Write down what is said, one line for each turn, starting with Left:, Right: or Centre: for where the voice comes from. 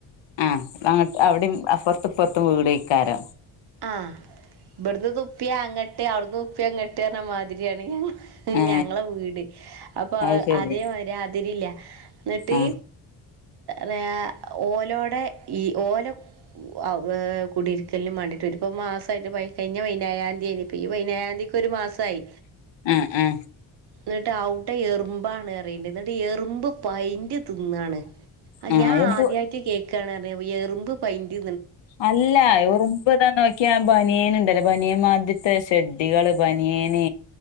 Left: ആഹ് അപ്പൊങ്ങട്ട് അവിടേം അപ്പറത്തും ഇപ്പറത്തും വീടൊയ്ക്കാരം.
Right: ആഹ് ഇബ്ട്ന്ന് തുപ്പിയാ അങ്ങട്ട് അവിടുന്നുപ്പിയാ ഇങ്ങട്ട് റഞ്ഞ മാതിരിയാണ് ഞങ്ങ
Left: ഏ
Right: ഞങ്ങളെ വീട് അപ്പൊ
Left: അത് ശരി
Right: അതേമാതിരി അതിരില്ല്യ. ന്നിട്ട്
Left: ആ
Right: വ്യാ ഓലോടെ ഈ ഓല ഔ ഏ കുടിരിക്കലിനുംമാണ്ടി ഒരു മാസായിട്ട് പയി കയിഞ്ഞ പയിനേഴാന്തിയെയ്ന്ന് ഇപ്പൊ ഈ പയിനേഴാ ന്തിക്കൊരു മാസായി.
Left: ആ ആ
Right: ഇന്ന്ട്ട് ഔടെ എറുമ്പാണറീണ്ട് ഈ എറുമ്പ് പയ്ന്റ് തിന്നാണ്.
Left: ആ
Right: ഞാആദ്യായിട്ട്
Left: എന്തോ
Right: കേ ക്കാണ്റഞ്ഞപൊ എറുമ്പ് പയ്ന്റ്
Left: അല്ലാ ഉറുമ്പ് താ നോ ക്ക്യാ ബനിയൻ ഇണ്ടല്ലോ ബനിയൻമാതിരത്തെ ഷെഡികള് ബനിയന്